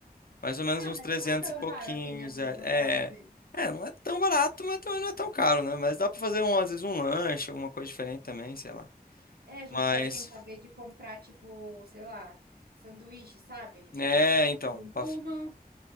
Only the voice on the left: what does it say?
Mais ou menos
uns
300
e pouquinhos.
É,
é,
é, não é tão barato, mas também não é tão caro, né? Mas dá para fazer, um, às vezes, um lanche, alguma coisa diferente também, sei lá.
Mas,
é, então,
pra-